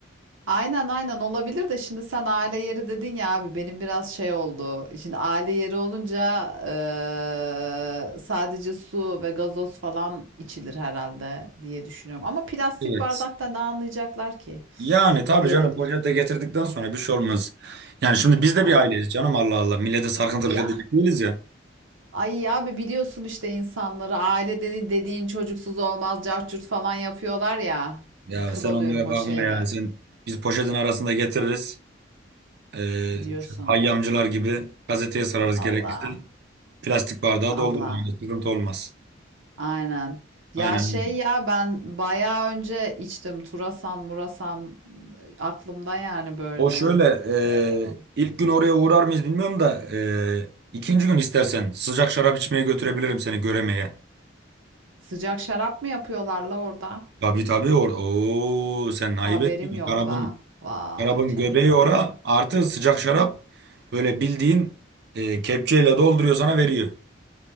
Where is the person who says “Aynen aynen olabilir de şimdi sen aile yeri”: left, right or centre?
Right